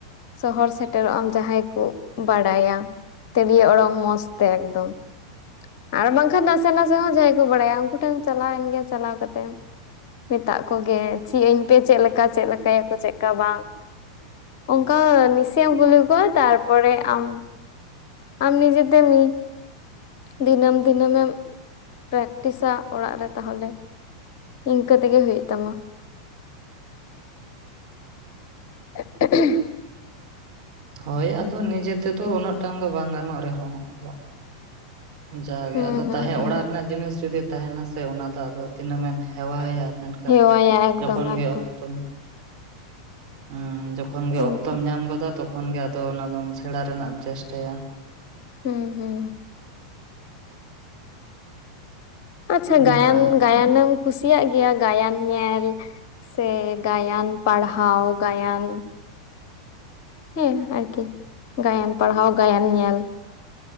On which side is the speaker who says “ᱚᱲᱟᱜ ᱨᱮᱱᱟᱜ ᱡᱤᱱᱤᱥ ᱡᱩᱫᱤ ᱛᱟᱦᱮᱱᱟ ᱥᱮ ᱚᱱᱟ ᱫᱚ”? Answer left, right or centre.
Right